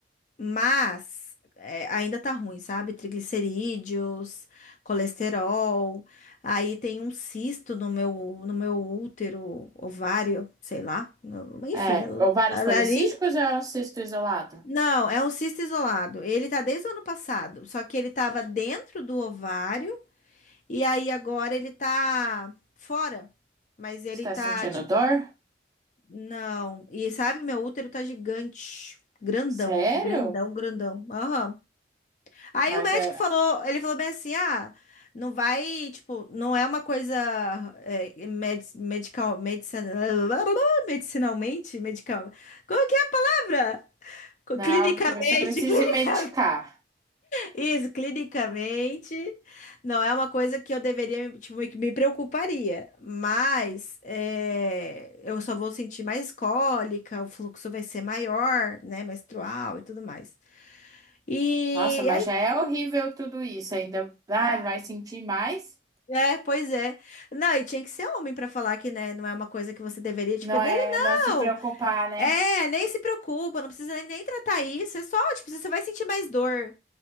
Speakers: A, on the left; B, on the right.
A: Mas é, ainda tá ruim, sabe? Triglicerídeos, colesterol. Aí tem um cisto no meu, no meu útero, ovário, sei lá. no- Enfim,
B: É, ovários
A: ali.
B: policísticos ou é o cisto isolado?
A: Não, é um cisto isolado. Ele tá desde o ano passado, só que ele tava dentro do ovário e aí agora ele tá fora. Mas ele
B: Você tá
A: tá
B: sentindo
A: tipo,
B: dor?
A: não. E sabe, meu útero tá gigante, grandão,
B: Sério?
A: grandão, grandão. Aham. Aí
B: Mas
A: o médico
B: é,
A: falou, ele falou bem assim, ah, não vai, tipo, não é uma coisa é, med, medical, medicina, <laughs> medicinalmente, medical, como que é a palavra? Co-
B: não
A: Clinicamente,
B: é algo que você precise
A: <laughs> clinicamente,
B: medicar.
A: isso, clinicamente, não é uma coisa que eu deveria, tipo, que me preocuparia, mas é, eu só vou sentir mais cólica, o fluxo vai ser maior, né, menstrual e tudo mais. E
B: Nossa, mas já é horrível tudo isso. Ainda ah, vai sentir mais.
A: É, pois é. Não, e tinha que ser homem pra falar que, né, não é uma coisa que você deveria, tipo,
B: Não
A: é dele,
B: é,
A: não.
B: não se preocupar, né?
A: É, nem se preocupa, não precisa nem, nem tratar isso. É só, tipo, você vai sentir mais dor.